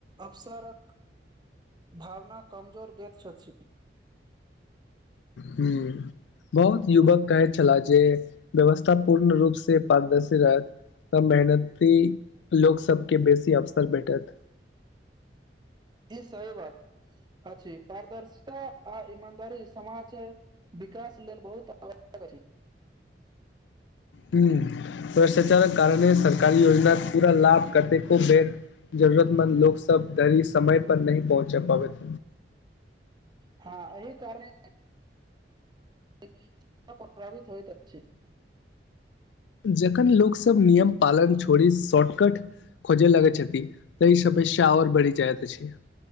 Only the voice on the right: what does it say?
अवसरक भावना कमजोर दैत छछि।
ई सही बात अछि पारदर्शिता आ ईमानदारी समाज विकास लेल बहुत आवश्यक अछि
हाँ एहि कारण <unintelligible> <unintelligible> प्रभावित होइत अछि।